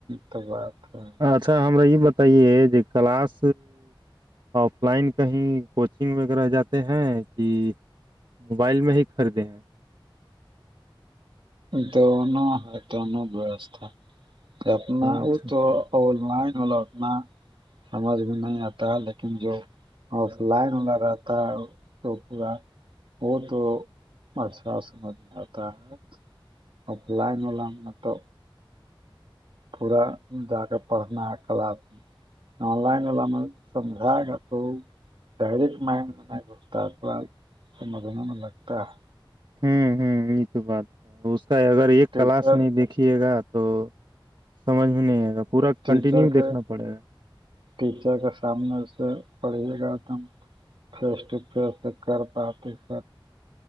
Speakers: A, on the right; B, on the right.
A: تو بات ہے
B: اچھا ہمارا یہ بتائیے کہ کلاس آف لائن کہیں کوچنگ وغیرہ جاتے ہیں کہ موبائل میں ہی خریدے ہیں
A: تونا ہے تون بیوستا اپنا
B: اچھا
A: وہ تو آن لائن والا اتنا سمجھ میں نہیں آتا ہے لیکن جو اور لائن ہولا رہتا ہے تو پورا وہ تو اچھا سمجھ میں آتا ہے اف لائن و لام م تو پورا جااک پڑھنا ہے کلاس میں آن لائن میں سمجھا گ تو ڈائریکٹ مائنڈ میں گتا ااد سمجھنے میں لگتا ہے
B: ہوں ہوں یہ تو بات ہے اس کا اگر ایک
A: ٹیچر
B: کلاس نہیں دیکھیے گا تو سمجھ میں نہیں آئے گا پورا
A: ٹیچر
B: کنٹینیو
A: کے
B: دیکھنا پڑے گا
A: ٹیچر کے سامنے اسے پڑھھیے گا تم فیس ٹو فیس کر پاتات س